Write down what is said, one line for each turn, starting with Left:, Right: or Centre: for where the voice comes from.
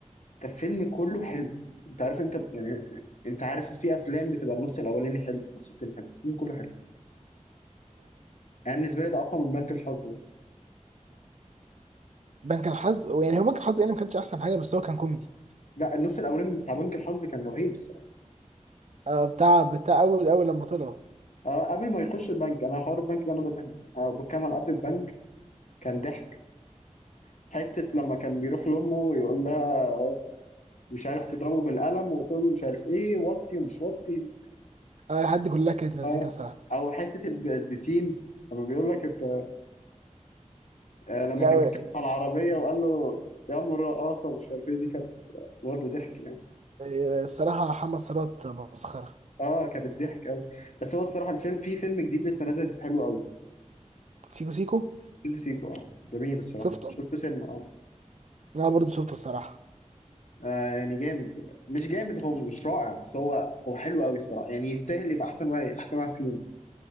Left: كان فيلم كله حلو انت عارف انت يعني انت عارف في افلام بتبقى النص الاولاني حلو النص التاني حلو الفيلم كله حلو انا بالنسبه لي ده اقوى من بنك الحظ مثلا
Right: بنك الحظ يعني هو بنك الحظ يعني ما كانش احسن حاجه بس هو كان كوميدي
Left: لا النص الاولاني بتاع بنك الحظ كان رهيب الصراحه
Right: آه بتاع بتاع اول اول لما طلعوا
Left: آه قبل ما يخش البنك انا حوار البنك ده انا بزهق منه آه بكمل قبل البنك كان ضحك حته لما كان بيروح لامه ويقول لها مش عارف تضربه بالقلم وتقول له مش عارف ايه وطي ومش وطي
Right: انا لحد كلها كانت مزيكا
Left: اه
Right: الصراحه
Left: او حته الب- البسين لما بيقول لك انت آه لما
Right: لا
Left: كان بيتكلم على العربيه وقال له يا ام الرقاصه مش عارف ايه دي كانت برضه ضحك يعني
Right: آه، الصراحه محمد ثروت مسخره
Left: اه كانت ضحك قوي بس هو الصراحه الفيلم في فيلم جديد لسه نازل حلو قوي
Right: سيكو سيكو
Left: سيكو سيكو اه جميل الصراحه
Right: شفته
Left: شفته سينما اه
Right: انا برضو شفته الصراحه
Left: آه، يعني جامد مش جامد هو مش رائع بس هو هو حلو قوي الصراحه يعني يستاهل يبقى احسن واحد احسن واحد فيهم